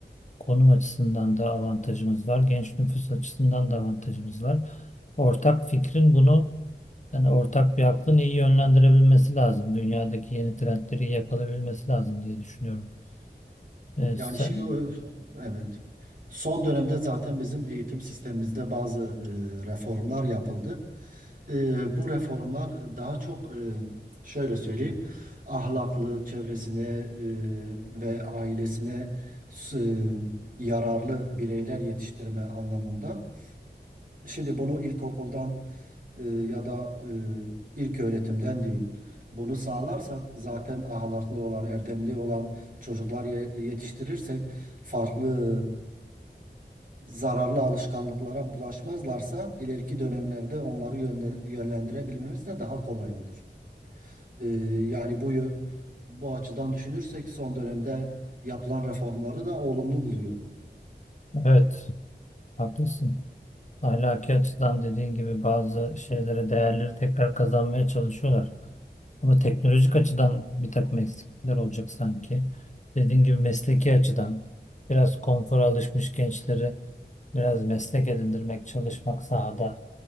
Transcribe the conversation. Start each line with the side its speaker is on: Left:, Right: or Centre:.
Left: konum açısından da avantajımız var. Genç nüfus açısından da avantajımız var. Ortak fikrin bunu Yani ortak bir aklın iyi yönlendirebilmesi lazım. Dünyadaki yeni trendleri iyi yakalayabilmesi lazım diye düşünüyorum. Ee,
Right: Yani
Left: sen,
Right: şimdi ö- evet. Son dönemde zaten bizim eğitim sistemimizde bazı e, reformlar yapıldı. E, bu reformlar daha çok e, şöyle söyleyeyim, ahlaklı çevresine e, ve ailesine s- e, yararlı bireyler yetiştirme anlamında. Şimdi bunu ilkokuldan e, ya da e, ilk öğretimden diyeyim. Bunu sağlarsak zaten ahlaklı olan, erdemli olan çocuklar ye- yetiştirirsek farklı e, zararlı alışkanlıklara bulaşmazlarsa ileriki dönemlerde onları yönde- yönlendirebilmemiz de daha kolay olur. E, yani bu yö- bu açıdan düşünürsek son dönemde yapılan reformları da olumlu buluyorum.
Left: evet, haklısın. Ahlaki açıdan dediğin gibi bazı şeylere, değerleri tekrar kazanmaya çalışıyorlar. Ama teknolojik açıdan bir takım eksiklikler olacak sanki. Dediğin gibi mesleki açıdan biraz konfora alışmış gençleri biraz meslek edindirmek, çalışmak sahada.